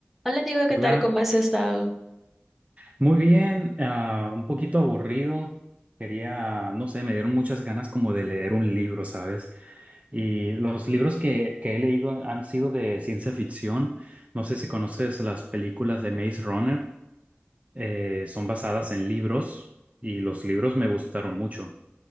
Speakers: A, in the centre; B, on the right (about 30°).
A: Hola, Diego, ¿qué
B: Hola,
A: tal? ¿Cómo has estado?
B: muy bien, ah, un poquito aburrido. Quería, no sé, me dieron muchas ganas como de leer un libro, ¿sabes? Y los libros que, que he leído han, han sido de ciencia ficción. No sé si conoces las películas de Maze Runner, eh, son basadas en libros y los libros me gustaron mucho.